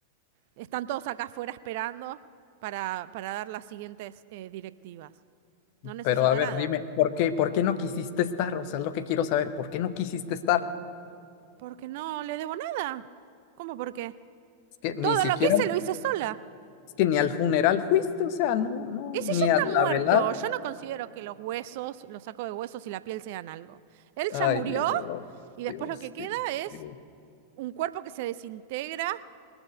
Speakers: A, on the right; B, on the left.
A: Están todos acá afuera esperando para, para dar las siguientes eh, directivas. No necesito
B: pero a ver,
A: nada.
B: dime, ¿por qué, por qué no quisiste estar? O sea, es lo que quiero saber, ¿por qué no quisiste estar?
A: Porque no le debo nada. ¿Cómo por qué?
B: Es que ni
A: Todo
B: siquiera
A: lo que hice lo hice sola.
B: Es que ni al funeral fuiste, o sea, no, no,
A: Y si
B: ni
A: ya está
B: a la
A: muerto,
B: velada.
A: yo no considero que los huesos, los sacos de huesos y la piel sean algo. Él ya
B: Ay,
A: murió
B: Dios,
A: y después
B: Dios,
A: lo que queda
B: Dios,
A: es
B: Dios.
A: un cuerpo que se desintegra